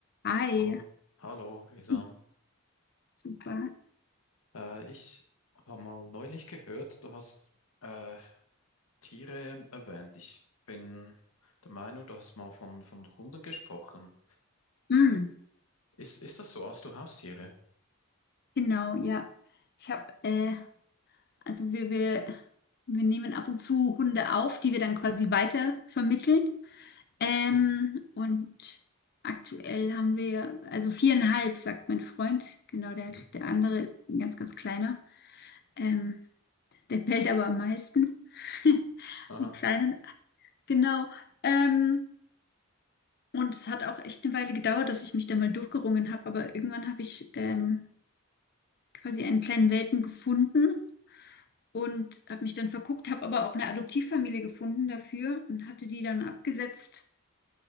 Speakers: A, on the left; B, on the left.
A: Hi,
B: Hallo, hallo Lisa.
A: <laughs> super.
B: Äh, ich habe mal neulich gehört, du hast äh, Tiere erwähnt. Ich bin der Meinung, du hast mal von, von Hunden gesprochen.
A: Mm,
B: Ist, ist das so? Hast du Haustiere?
A: genau, ja. Ich habe, äh, also wir, wir, wir nehmen ab und zu Hunde auf, die wir dann quasi weiter vermitteln. Ähm,
B: Oh,
A: und aktuell haben wir, also viereinhalb, sagt mein Freund. Genau, der,
B: Mhm.
A: der andere ist ein ganz, ganz kleiner. Ähm, der bellt aber am meisten. <laughs>
B: Aha,
A: Die Kleinen, genau. Ähm, und es hat auch echt eine Weile gedauert, dass ich mich da mal durchgerungen habe, aber irgendwann habe ich ähm, quasi einen kleinen Welpen gefunden und habe mich dann verguckt, habe aber auch eine Adoptivfamilie gefunden dafür und hatte die dann abgesetzt.